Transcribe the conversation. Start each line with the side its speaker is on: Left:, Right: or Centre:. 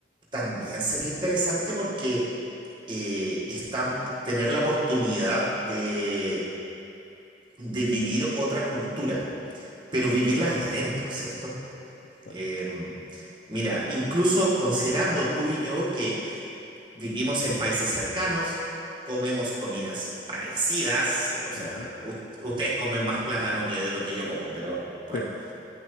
Right: también sería interesante porque eh, está, tener la oportunidad de, de vivir otra cultura, pero vivirla desde adentro, ¿cierto?
Left: Exacto.
Right: Em, mira, incluso considerando tú y yo que vivimos en países cercanos, comemos comidas parecidas, o sea,
Left: Ujú.
Right: u- ustedes comen más plátano que de lo que yo como, pero bueno,
Left: Sí,